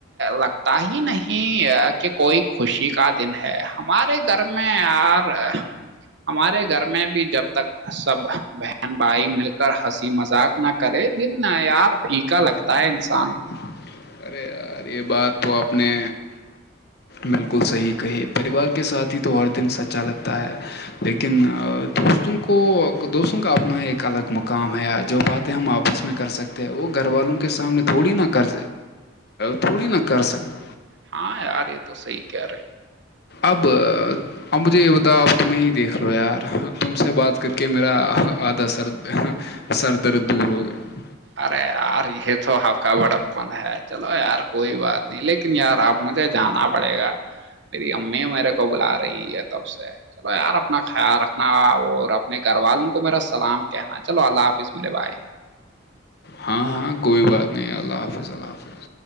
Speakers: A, on the right (about 60°); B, on the left (about 55°).
A: لگتا ہی نہیں کہ کوئی خوشی کا دن ہے ہمارے گھر میں یار ہمارے گھر میں بھی جب تک سب بہن بھائی مل کر ہنسی مذاق نہ کرے دن ار پھیکا لگتا
B: لگتا
A: ہے انسان
B: ہے ارے یار یہ بات تو آپ نے بالکل صحیح کہی پریوار کے ساتھ ہی تو ہر دن سچا لگتا ہے لیکن دوستوں کو دوستوں کا اپنا ایک الگ مقام ہے جو بات ہم آپس میں کر سکتے ہیں وہ گھر والوں کے سامنے تھوڑی نہا کر تھوڑی نہ کر سکتے
A: ہاں آارے تو صحی کہہ رہے
B: اب اب مجھے یہ بتاؤ آپ تمہیں ہی دیکھ رہو ہو یار تم سے بات کر کے میرا آدھا سر سر درد دور ہو گیا
A: ارے یار یہ تو آپ کا بڑاپن ہے چلو یار کوئی بات نہیں لیکن یار اب مجھے جانا پڑے گا میری امی میرے کو بلا رہی ہے تب سے چلو یار اپنا خیال رکھنا اور اپنے گھر والوں کو میرا سلام کہنا چلو اللہ حافظ میرے بھائے
B: ہاں ہاں کوئی بات نہیں اللہ حافظ اللہ حافظ